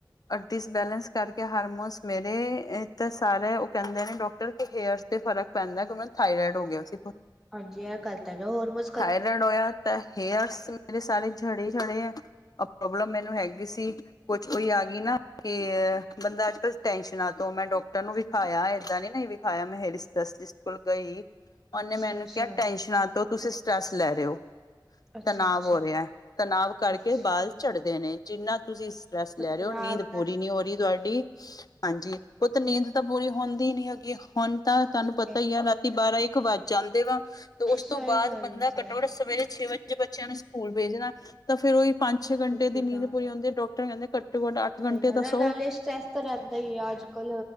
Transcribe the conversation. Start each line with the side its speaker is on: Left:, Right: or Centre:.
Left: ਔਰ ਡਿਸਬੈਲੈਸ ਕਰਕੇ ਹਾਰਮੋਨਸ ਮੇਰੇ ਤਾਂ ਸਾਰੇ ਉਹ ਕਹਿਦੇ ਨੇ ਡਾਕਟਰ ਕਿ ਹੇਅਰ ਤੇ ਫਰਕ ਪੈਦਾ ਕਿਉਕਿ ਥਾਇਰੋਇਡ ਹੋ ਗਿਆ ਸੀ ਪੁੱਤ।
Centre: ਹਾਂਜੀ ਇਹ ਗੱਲ ਤਾ ਹੈ। ਜੀ ਹੋਰ ਬਸ
Left: ਥਾਇਰੇਇਡ ਹੋਇਆ ਤਾਂ ਹੇਅਰਸ ਮੇਰੇ ਸਾਰੇ ਛੜੇ-ਛੜੇ ਆ ਪ੍ਰੋਬਲਮ ਮੈਨੂੰ ਹੈਗੀ ਸੀ ਕੁਛ ਕੋਈ ਆ ਗਈ ਨਾ ਕਿ ਬੰਦਾ ਅੱਜ ਕਲ ਟੈਨਸ਼ਨਾਂ ਤੋ ਮੈ ਡਾਕਟਰ ਡਾਕਟਰ ਨੂੰ ਵਿਖਾਇਆ ਏਦਾਂ ਨੀ ਨਹੀ ਵਿਖਾਇਆ ਮੈ ਹੇਰੀ ਸਪੈਸ਼ਲਿਸਟ ਕੋਲ ਗਈ
Centre: ਅੱਛਾ-ਅੱਛਾ,
Left: ਉਹ ਨੇ ਮੈਨੂੰ ਕਿਹਾ ਟੈਸ਼ਨਾਂ ਤੋ ਤੁਸੀ ਸਟਰ੍ਰੈਸ ਲੈ ਰਹੇ ਹੋ ਤੇ
Centre: ਅੱਛਾ-ਅੱਛਾ,
Left: ਤਣਾਵ ਹੋ ਰਿਹਾ। ਤਣਾਵ ਕਰਕੇ
Centre: ਅੱਛਾ।
Left: ਬਾਲ ਝੜਦੇ ਨੇ ਜਿੰਨਾ ਤੁਸੀਂ ਸਟਰ੍ਰੈਸ ਲੈ
Centre: ਆਰਾਮ
Left: ਰਹੇ ਹੋ ਨੀਂਦ ਪੂਰੀ
Centre: ਨਾਲ
Left: ਨਹੀਂ ਹੋ ਰਹੀ ਤੁਹਾਡੀ ਹਾਂਜੀ ਪੁੱਤ ਨੀਂਦ ਤਾਂ ਪੂਰੀ ਹੁੰਦੀ ਨੀ ਹੈਗੀ ਹੁਣ ਤਾਂ
Centre: ਸਹੀ
Left: ਤੁਹਾਨੂੰ ਪਤਾ
Centre: ਹੈ,
Left: ਹੀ ਆ ਰਾਤੀ ਬਾਰਾਂ ਇੱਕ ਵੱਜ ਜਾਂਦੇ ਵਾ ਤੇ ਉਸ
Centre: ਸਹੀ
Left: ਤੋਂ ਬਾਅਦ
Centre: ਗੱਲ
Left: ਬੰਦਾ
Centre: ਹੈ ਸਹੀ।
Left: ਘਟੋ ਘਟ ਸਵੇਰੇ ਛੇ ਵਜੇ ਜੇ ਬੱਚਿਆਂ ਨੂੰ ਸਕੂਲ ਭੇਜਣਾ ਤਾਂ ਫੇਰ ਉਹੀ ਪੰਜ ਛੇ
Centre: ਸੱਚੀ
Left: ਘੰਟੇ ਦੀ ਨੀਂਦ
Centre: ਤਾਂ
Left: ਪੂਰੀ ਹੁੰਦੀ ਹੈ ਡਾਕਟਰ ਕਹਿੰਦੇ ਘਟੋ ਘੱਟ ਅੱਠ
Centre: ਸਹੀ
Left: ਘੰਟੇ
Centre: ਗੱਲ
Left: ਤਾ
Centre: ਹੈ
Left: ਸੋਵੋ।
Centre: ਨਾਲੇ ਸਟ੍ਰੈਸ ਤਾਂ ਰਹਿੰਦਾ ਹੀ ਆ ਅੱਜ ਕੱਲ